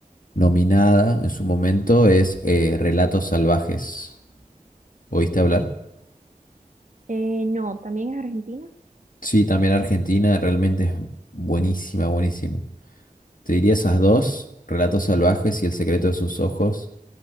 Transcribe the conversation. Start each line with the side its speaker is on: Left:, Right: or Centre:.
Left: nominada en su momento, es eh, Relatos Salvajes. ¿Oíste hablar?
Right: Eh, no, también es Argentina.
Left: Sí, también Argentina realmente es buenísima, buenísima. Te diría esas dos, Relatos Salvajes y El secreto de sus ojos.